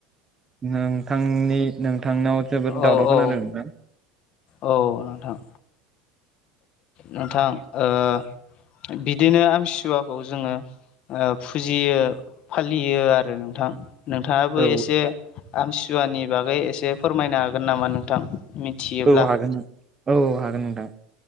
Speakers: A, on the right; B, on the left.
A: नोंथांनि नोंथांनाव जोबोद दावराव
B: औ औ
A: खोनादों? नोंथां
B: औ नोंथां। नोंथां ओ बिदिनो आमसिसुवाखौ जोङो ओ फुजियो फालियो आरो नोंथां नोंथाङाबो
A: औ
B: एसे आमसिसुवानि बागै एसे फोरमायनो हागोन नामा नोंथां मिथियोब्ला
A: औ हागोन औ औ हागोन नोंथां।